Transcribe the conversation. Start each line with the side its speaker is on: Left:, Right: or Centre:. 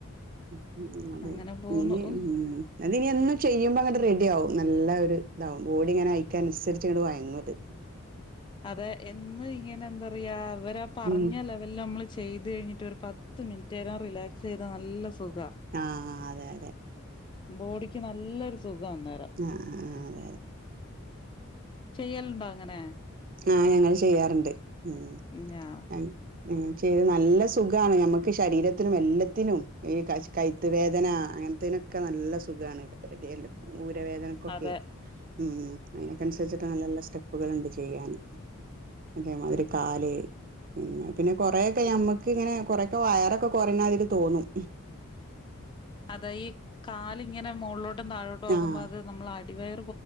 Right: ഉം അതെ
Left: അങ്ങനെ പോകു <unintelligible>
Right: ഉം ഇനി എന്നും ചെയ്യുമ്പോ അങ്ങനെ റെഡി ആവും നല്ല ഒരു ഇതാവും ബോഡിഇങ്ങനെ ക്കൻസരിച്ഇങ്ങട്ട്‌വയങ്ങുത്
Left: അതെ എന്ന് ഇങ്ങനെ എന്താ പറയാ അവരാ പറഞ്ഞ
Right: ഉം
Left: ലെവലില് നമ്മള് ചെയ്ത് കഴിഞ്ഞിട്ട് ഒരു പത്ത് മിനിറ്റ് നേരംറിലാക്സ് ചെയ്താ നല്ല സു സുഖവാ.
Right: ആഹ് അതെ അതെ
Left: ബോഡിക്ക് നല്ലൊരു സുഖ അന്നേരം.
Right: ആഹ് ആഹ് അതെ അതെ
Left: ചെയ്യലുണ്ടോ അങ്ങനെ?
Right: ആ ഞങ്ങൾ ചെയ്യാറുണ്ട്. ഉം
Left: ഞാ
Right: ഞ ങ്ങന ചെയ്ത് നല്ല സുഖമാണ് ഞമ്മുക്ക് ശരീരത്തിനും എല്ലാത്തിനും ഈ കൈ കൈത്തുവേദന അങ്ങനത്തനൊക്കെ നല്ല സുഖാണ് <unintelligible> ഊരവേദനക്കൊക്കെ
Left: അതെ
Right: ഉം അതിനൊക്ക അനുസരിച്ചിട്ട് നല്ല നല്ല സ്റ്റെപ്പുകളുണ്ട്. ചെയ്യാൻ അതേമാതിരി കാല് പിന്ന പിന്നെ കൊറെൊക്കെ ഞമ്മക്ക് ഇങ്ങനെ കൊറൊക്കെ വയറൊക്കെ കൊറല് മാതിരിതോന്നും
Left: അതെ ഈ കാലിങ്ങനെ മുകളിലോട്ടും താ താഴോട്ട്മാക്കുമ്പോ
Right: ആഹ്
Left: അത് നമ്മൾ അടിവയ